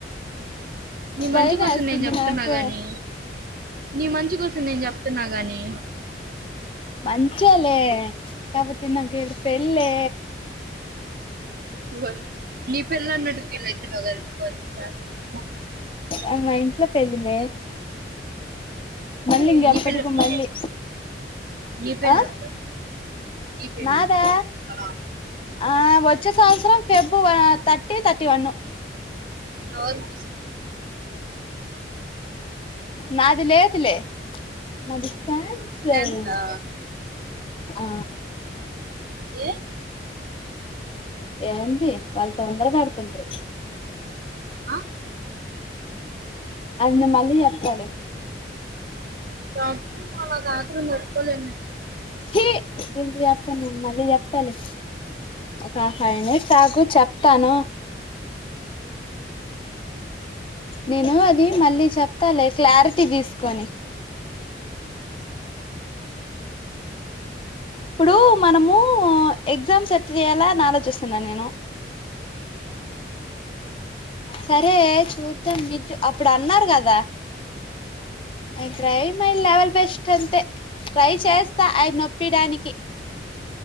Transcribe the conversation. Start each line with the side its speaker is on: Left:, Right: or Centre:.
Right: నీ
Left: భయం
Right: మంచి కోసం
Left: వేస్తుంది
Right: నేను చెప్తున్నా
Left: నాకు
Right: గాని నీ మంచి కోసం నేను చెప్తున్నా గాని
Left: మంచి లే కాకపోతే నాకి ఈడ పెళ్ళే
Right: ఓస్ నీ పెళ్లి అన్నట్టు పిలైతున్నవ్ కదే <unintelligible>
Left: అ మ ఇంట్లో పెళ్లి మే మళ్ళి
Right: ఏ,
Left: ఇంగ ఏప్పటికో
Right: నీ పెళ్ళి ఎప్పుడు?
Left: మళ్ళీ
Right: నీ పెళ్ళి
Left: ఆ
Right: ఎప్పుడు? నీ పెళ్లి
Left: నాదా
Right: <unintelligible>
Left: ఆ వచ్చే సంవత్సరం పెబ్ థర్టీ తథర్టీ వన్
Right: నోరు మూసుకో
Left: నాది లేదులే నాది క్యాన్సల్
Right: థ్యాంక్స్ రా
Left: ఆ
Right: ఏ
Left: ఆ ఏంది వాళ్ళు తొందర పెడుతుండ్రు
Right: ఆ
Left: అయిన మళ్ళీ చెప్తాలే
Right: చెప్పు మళ్ళా ఆత్రం తట్టుకోలేను
Left: చీ దీనికి చెప్పాను మళ్ళీ చెప్తాలే ఒక ఫైవ్ మినిట్స్ ఆగు చెప్తాను నేను అది మళ్ళీ చెప్తాలి క్లారిటీ తీసుకొని. ఇప్పుడు మనము. ఎగ్జామ్ సెట్ చేయాల ఆలోచిస్తున్నాను నేను. సరే చూద్దాం మిట్ అప్పుడు అన్నారు కదా. అ ట్రై మై లెవెల్ బెస్ట్ అంతే ట్రై చేస్త. <unintelligible>